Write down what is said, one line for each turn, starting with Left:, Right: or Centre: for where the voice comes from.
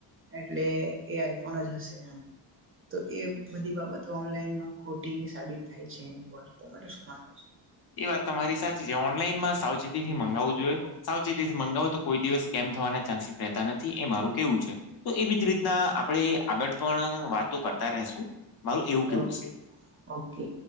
Right: એટલે એ આઈફોન જ હશે એમ. તો એ બધી બાબતો ઓનલાઈનમાં ખોટી સાબિત થાય છે અમુક વાર તમારે શું માનવું છે?
Left: એ વાત તમારી સાથે છે ઓનલાઈન માં સાવ ચેતી થી મગાવું જોઈએ, સાવચેતીથી માવો તો કોઈ દિવસ સ્મ થવાના ચાન્સ રેહતા નથી એ મારું કેવું છે. તો એવી જ રીતના આપણેે આગળ પણ વાતો કરતા રેહશું મારું એવું કેવું
Right: ઓ
Left: છે.
Right: ઓકે.